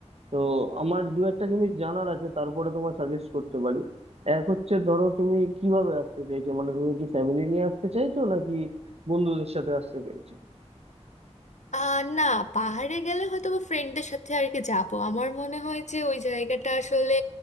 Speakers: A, on the right (about 60°); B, on the left (about 80°).
A: তো আমার দু একটা জিনিস জানার আছে তারপরে তোমার সাজেস্ট করতে পারি এক হচ্ছে ধরো তুমি কিভাবে আসতে চাইছো মানে তুমি কি ফ্যামিলি নিয়ে আসতে চাইছো নাকি বন্ধুদের সাথে আসতে চাইছো
B: আহ না পাহাড়ে গেলে হয়তো বা ফ্রেন্ডদের সাথে আর কি যাবো আমার মনে হয় যে ওই জায়গাটা আসলে